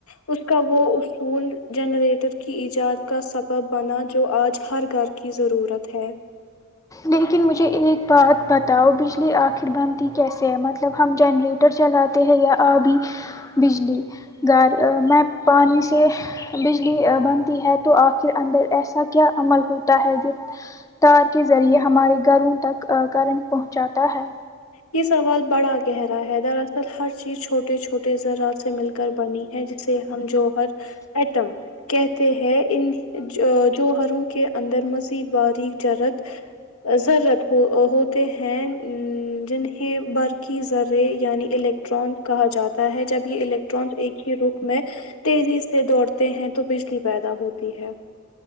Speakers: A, on the left; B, on the left.
A: اس کا وہ اصول جنریٹر کی ایجاد کا سبب بنا جو آج ہر گھر کی ضرورت ہے
B: لیکن مجھے ایک بات بتاؤ بجلی آخر بندھی کیسے ہے مطلب ہم جنریٹ موٹر چلاتے ہیں یا ابھی بجلی گھر میں پانی سے بجلی بنتی ہے تو آخر اندر ایسا کیا عمل ہوتا ہے جو تار کے ذریعے ہمارے گھروں تک کرنٹ پہنچاتا ہے
A: یہ سوال بڑا گہرا ہے دراصل ہر چیز چھوٹے چھوٹے ذرات سے مل کر بنی ہے جس سے ہم جوہر ایٹم کہتے ہیں ان جوہروں کے اندر مزید باریک جرات ضرورت ہو ہوتے ہیں ا جنہیں بر کی ذرے یعنی الیکٹران کہا جاتا ہے جب یہ الٹ ایک ہی رخ میں تیزی سے دوڑتے ہیں تو بجلی پیدا ہوتی ہے